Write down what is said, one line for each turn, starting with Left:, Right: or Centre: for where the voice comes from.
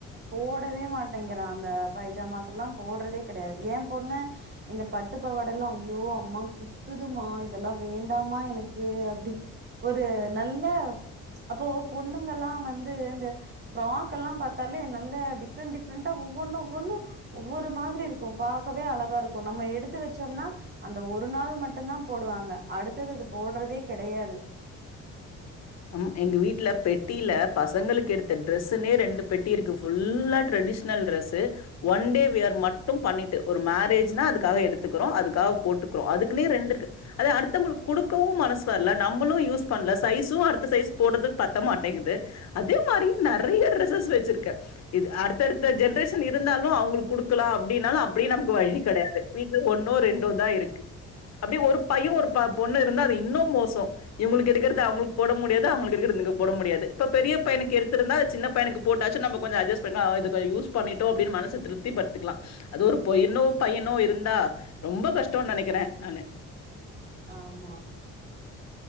Right: போடவே மாட்டேங்கிறா அந்த பைஜாமா செட் டெல்லா போட்றதே கெடையாது எ பொண்ணு இந்த பட்டு பவாடல்லா ஐயோ அம்மா குத்துதுமா இதெல்லா வேண்டாமா எனக்கு அப்டி ஒரு நல்ல அப்போ பொண்ணுங்கல்லா வந்து இந்த ஃப்ராக் எல்லா பாத்தாலே நல்ல டிஃப்ரண்ட் டிப்ரெண்டா ஒவ்வொன்னனு ஒவ்வொன்னு ஒவ்வொரு மாதிரி இருக்கு பாக்கவே அழகா இருக்குமக்ஷ நம்ம எடுத்து வச்சோம்னா அந்த ஒரு நாள் மட்டுதா போடுவாங்க அடுத்த நாள் அது போட்றதே கெடையாது
Left: ம் எங்க வீட்ல பெட்டியில பசங்களுக்கு எடுத்த ட்ரெஸ்ஸூனே ரெண்டு பெட்டி இருக்கு ஃபுல்லா traditional dress one day wear மட்டு பண்ணிட்டு ஒரு மேரேஜ்னா அதுக்காக எடுத்துக்குறோ அதுக்காக போட்டுக்குறோ அதுக்குன்னே ரெண்டு இருக்கு அது அடுத்தவங்ளுக்கு குடுக்கவு மனசு வரல நம்ளு யூஸ் பண்ல சைஸு அடுத்த சைஸ் போட்றதுக்கு பத்த மாட்டேங்குது அதே மாரியே நறைய ட்ரெஸ் வச்சிருக்கே இது அடுத்த அடுத்த ஜென்ரேஷன் இருந்தாலு அவுங்களுக்கு குடுக்கலா அப்டின்னாலு அப்டி நமக்கு வழி கெடையாது வீட்டு ஒன்னோ ரெண்டோ தா இருக்கு அப்டியே ஒரு பைய ஒரு ப பொண்ணு இருந்தா அது இன்னு மோசோ இவுங்களுக்கு எடுக்குற அவுங்களுக்கு போட முடியாது அவுங்களுக்கு எடுக்றத இங்க போட முடியாது இப்ப பெரிய பையனுக்கு எடுத்துருந்தா சின்ன பையனுக்கு போட்டச்சு நம்ம கொஞ்சோ அஜஸ்ட் பண்ண இது கொ யூஸ் பண்ட்டோ அப்டின்னு மனச கொஞ்சோ திருப்தி படுத்திக்லா அது ஒரு பொய்னோ பையனோ இருந்தா ரொம்ப கஷ்டோனு நெனைக்கிறே நானு
Right: ஆமா